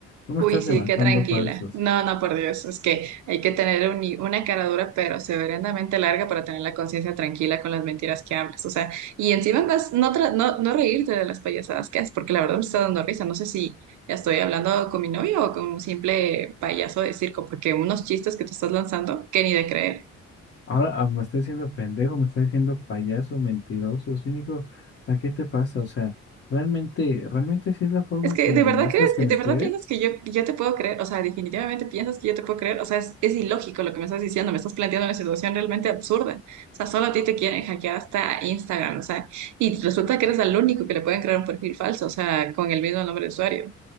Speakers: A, on the left; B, on the right.
A: Tú me
B: Uy,
A: estás
B: sí,
A: levantando
B: qué tranquila.
A: falsos.
B: No, no, por Dios, es que hay que tener un- una cara dura, pero severamente larga para tener la conciencia tranquila con las mentiras que hablas. O sea, y encima más no, tra- no, no reírte de las payasadas que haces, porque la verdad me está dando risa. No sé si estoy hablando con mi novio o con un simple payaso de circo, porque unos chistes que te estás lanzando, que ni de creer.
A: Ahora ah, me está diciendo pendejo, me está diciendo payaso, mentiroso, cínico. O sea, ¿qué te pasa? O sea, realmente, realmente si es la forma
B: Es que
A: que me
B: de
A: demuestras
B: verdad que,
A: que me
B: de verdad
A: quieres.
B: piensas que yo, yo te puedo creer, o sea, definitivamente piensas que yo te puedo creer, o sea, es, es ilógico lo que me estás diciendo, me estás planteando una situación realmente absurda, o sea, solo a ti te quieren hackear hasta Instagram, o sea, y resulta que eres el único que le pueden crear un perfil falso, o sea, con el mismo nombre de usuario, o